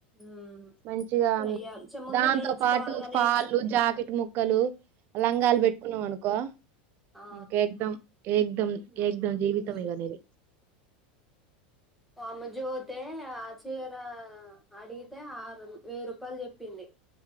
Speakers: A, in the centre; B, on the right (about 40°).
A: ఉమ్
B: మంచిగా
A: చెయ్యాలి చె ముందు
B: దాంతో
A: నేర్చుకోవాలిగా
B: పాటు పాళ్ళు
A: నేర్చు
B: జాకెట్ ము కలు లంగాలు
A: ఉమ్,
B: పెట్టుకున్నాం అనుకో
A: ఆ
B: ఇంకా ఎక్దం ఏక్దం
A: ఉమ్,
B: ఎగ్ధం జీవితం
A: ఉమ్.
B: ఇగ నిది
A: వామజోతే ఆ చీర అడిగితే ఆరు వెయ్యి రూపాయలు చెప్పింది